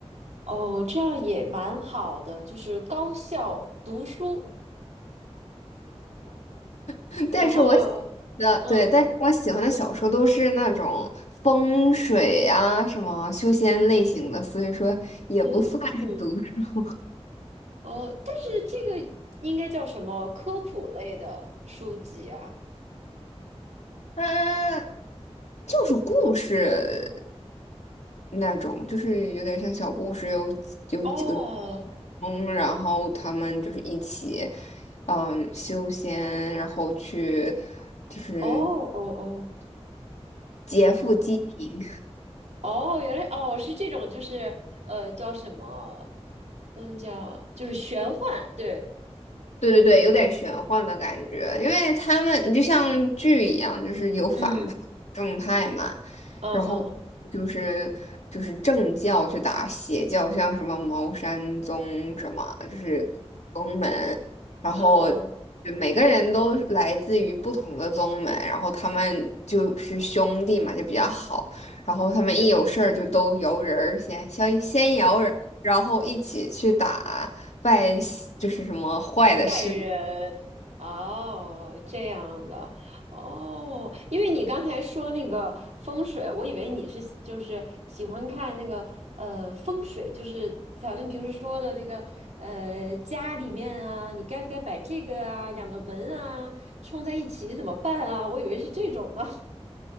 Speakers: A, on the right (about 85°); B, on the left (about 85°).
A: 哦，这样也蛮好的，就是高效读书，
B: <laughs> 但是我喜
A: 然后，
B: 的对，
A: 嗯，
B: 但是我喜欢的小说都是那种风水啊、什么修仙类型的，所以说也不算是读书，
A: 哦，哦，但是这个应该叫什么科普类的书籍啊？
B: 它就是故事那种，就是有点像小故事，有有几个主
A: 哦，
B: 公然后他们就是一起，嗯，修仙，然后去就是
A: 哦，哦，哦，
B: 劫富济贫。
A: 哦，哦，原来哦是这种，就是呃，叫什么？嗯，叫，就是玄幻，对，
B: 对对对，有点玄幻的感觉，因为他们你就像剧一样，就是有反派、
A: 嗯，
B: 正派嘛，
A: 嗯嗯
B: 然后就是就是正教去打邪教，像什么茅山宗什么，就是宗门，然后
A: <laughs> 嗯，
B: 就每个人都是来自于不同的宗门，然后他们就是兄弟嘛，就比较好，然后他们一有事儿就都摇人儿先先先摇人儿，然后一起去打。坏就是什么坏的事。
A: 坏人哦，这样的哦，因为你刚才说那个风水，我以为你是就是喜欢看那个呃风水，就是咱们平时说的那个呃家里面啊，你该不该摆这个啊，两个门啊冲在一起怎么办啊？我以为是这种的。<laughs>